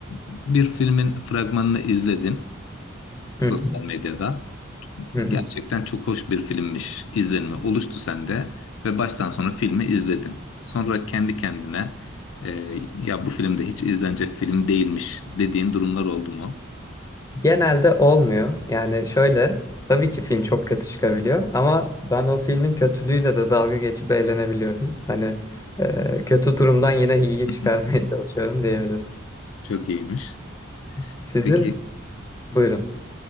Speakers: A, on the left (about 70°); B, on the left (about 15°).
A: bir filmin fragmanını izledin sosyal
B: Hı hı,
A: medyada.
B: hı hı.
A: Gerçekten çok hoş bir filmmiş. izlenimi oluştu sende ve baştan sona filmi izledin. Sonra kendi kendine e, ya bu filmde hiç izlenecek film değilmiş dediğin durumlar oldu mu?
B: Genelde olmuyor. Yani şöyle tabii ki film çok kötü çıkabiliyor ama ben o filmin kötülüğüyle de dalga geçip eğlenebiliyorum. Hani e, kötü durumdan yine iyiyi
A: <laughs>
B: çıkarmaya <laughs> çalışıyorum diyebilirim.
A: Çok iyiymiş.
B: Sizin
A: Peki
B: buyurun.